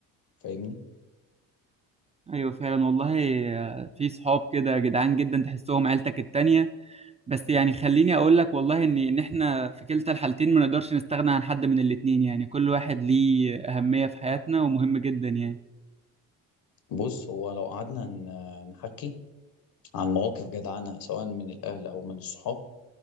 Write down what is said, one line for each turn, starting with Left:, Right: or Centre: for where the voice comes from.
Left: فاهمني
Right: ايوه فعلا والله آه، في صحاب كده جدعان جدا تحسهم عيلتك التانية بس يعني خليني اقول لك والله ان ان احنا في كلتا الحالتين ما نقدرش نستغنى عن حد من الاتنين يعني كل واحد ليه اهمية في حياتنا ومهم جدا يعني
Left: بص هو لو قعدنا ن- نحكي عن مواقف جدعانه سواء من الاهل او من الصحاب